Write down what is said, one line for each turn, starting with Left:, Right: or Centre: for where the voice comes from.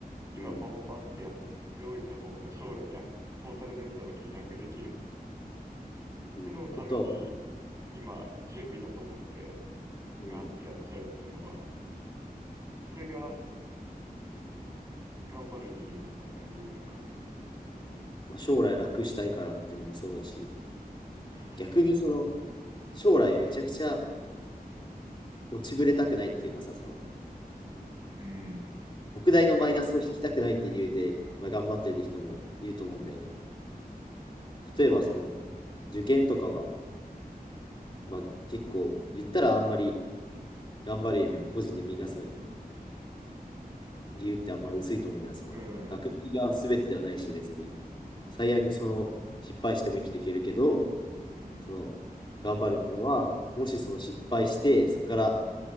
Right: 今パパパってやっておいた方が将来楽、
Left: うん。
Right: トータルで見た時に楽できるっ
Left: うん。
Right: てののために、
Left: ことは、
Right: 今、準備だと思って、
Left: うん。
Right: ガーってやっちゃうってのは、それが頑張る理由とかになり得るのかなって思う。
Left: まあ、将来楽したいからっていうのもそうだし、
Right: そうそうそうそう
Left: 逆にその、将来めちゃくちゃ落ちぶれたくないっていうかさ、その、
Right: う。ーん。
Left: 特大のマイナスを引きたくないっていう理由で、まあ、頑張ってる人もいると思うんだよね。例えばその、
Right: ははは
Left: 受験とかは、まあ、結構言ったらあんまり頑張る意味を個人で見出す理由ってあんま薄いと思うんじゃん。その学歴が全てではないし、
Right: うん。
Left: 別に。最悪その失敗しても生きていけるけど、
Right: うん。
Left: その頑張るっていうのは、もしその失敗して、そこから